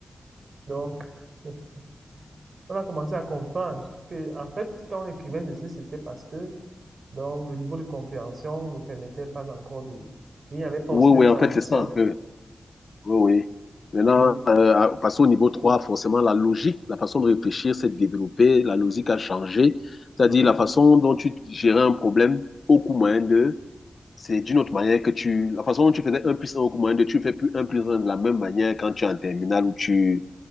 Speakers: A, on the right (about 65°); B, on the left (about 65°).
A: Donc, <laughs> on a commencé à comprendre que, en fait, quand on écrivait ceci, c'était parce que, donc, le niveau de compréhension ne permettait pas encore de, il n'y avait pas
B: Oui,
A: aussi
B: oui,
A: de transition.
B: en fait, c'est ça un peu. Oui, oui. Maintenant,
A: Oui,
B: euh, à- passons au niveau 3. forcément, la logique, la façon de réfléchir s'est développée, la logique a changé,
A: oui,
B: c'est-à-dire la façon dont tu gérais un problème au coût moyen de, c'est d'une autre manière que tu, la façon dont tu faisais un plus un au coût moyen de, tu ne fais plus un plus un de la même manière quand tu es en terminale ou tu